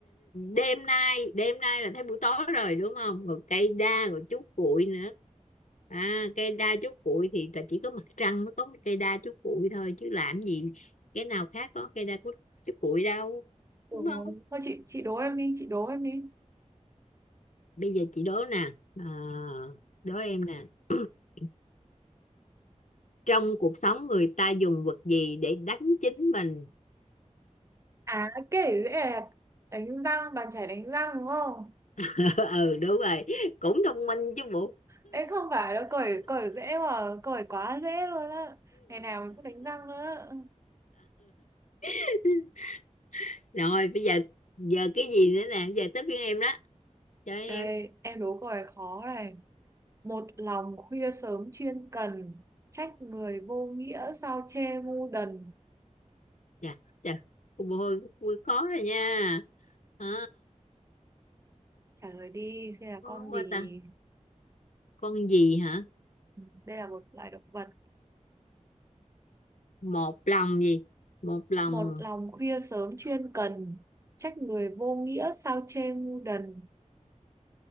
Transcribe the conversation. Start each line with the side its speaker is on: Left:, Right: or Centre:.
Left: đêm nay đêm nay là thấy buổi tối rồi đúng không rồi cây đa rồi chú cuội nữa à cây đa chú cuội thì là chỉ có mặt trăng mới có cái cây đa chú cuội thôi chứ làm gì cái nào khác có cây đa chú, chú cuội đâu
Right: Ủa,
Left: đúng không
Right: Thôi chị chị đố em đi, chị đố em đi.
Left: bây giờ chị đố nè à, đố em nè <clears throat> trong cuộc sống người ta dùng vật gì để đánh chính mình
Right: À kể dễ đẹp, đánh răng bàn chải đánh răng đúng không?
Left: <laughs> ừ đúng rồi cũng thông minh chứ bộ
Right: Ấy không phải đâu, cởi cởi dễ mà, cởi quá dễ luôn á. Ngày nào mình cũng đánh răng nữa.
Left: <laughs> Rồi bây giờ giờ cái gì nữa nè, giờ tới phiên em đó. Cho em.
Right: Đây, em đố câu này khó này. Một lòng khuya sớm chuyên cần, trách người vô nghĩa sao chê ngu đần.
Left: Dạ, dạ. Cô bồ hôi vui khó rồi nha. À,
Right: Trả lời đi, xem là
Left: khó
Right: con gì?
Left: quá ta. Con gì hả?
Right: Ừ, Đây là một loài động vật.
Left: Một lòng gì? Một lòng,
Right: Một lòng khuya sớm chuyên cần, trách người vô nghĩa sao chê ngu đần.